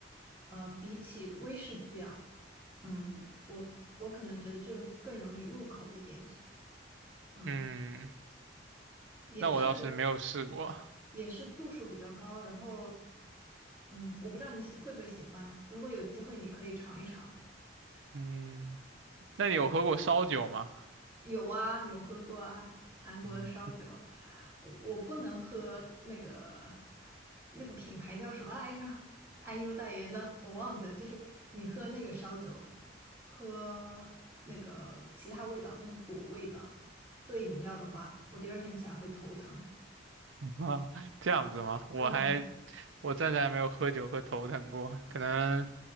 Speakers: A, on the right (about 15°); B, on the right (about 80°).
A: 呃，比起威士忌啊，嗯，我我可能觉得这个更容易入口一点，嗯，
B: 嗯，
A: 也是
B: 那我倒是没有试过。
A: 也是度数比较高，然后嗯，我不知道你喜会不会喜欢，如果有机会你可以尝一尝。
B: 嗯，那你有喝过烧酒吗？
A: 有啊，有喝过啊，韩国的烧酒，
B: <laughs> 嗯
A: 我我不能喝那个那个品牌叫什么来着？IU 代言的，我忘记了。就是你喝那个烧酒，喝那个其他味道，那个果味的兑饮料的话，我第二天起来会头疼。
B: <laughs> 啊，这样子吗？我还
A: 嗯，
B: 我暂时还没有喝酒喝头疼过，可能